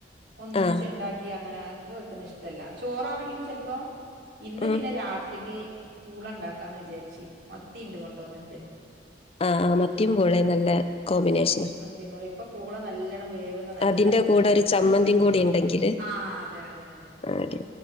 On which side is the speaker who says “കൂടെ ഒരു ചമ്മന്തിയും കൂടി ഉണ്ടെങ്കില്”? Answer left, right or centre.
Left